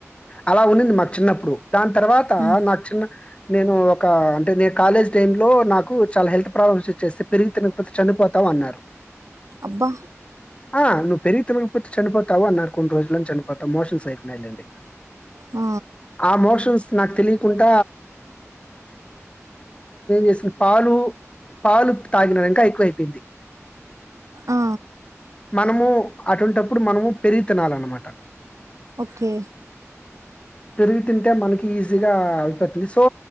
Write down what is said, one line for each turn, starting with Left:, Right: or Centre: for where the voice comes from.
Left: అలా ఉన్నింది మాకు చిన్నప్పుడు దాని తర్వాత
Right: ఉమ్
Left: నాకు చిన్న నేను ఒక అంటే నే కాలేజ్ టైమ్ లో నాకు చాలా హెల్త్ ప్రాబ్లమ్స్ వచ్చేస్తే పెరిగి తినకపోతే చనిపోతావు అన్నారు
Right: అబ్బ
Left: ఆ నువ్వు పెరుగు తినకపోతే చనిపోతావు అన్నారు కొన్ని రోజుల్లోని చనిపోతావు మోషన్స్ అయితున్నాయి లెండి
Right: ఆ
Left: ఆ మోషన్స్ నాకు తెలియకుంట చేశాను పాలు, పాలు తాగినాను ఇంకా ఎక్కువైపోయింది.
Right: ఆ
Left: మనము అటువంటప్పుడు మనము పెరుగు తినాలన్నమాట
Right: ఓకే
Left: పెరుగు తింటే మనకి ఈజీగా అయిపోతుంది సో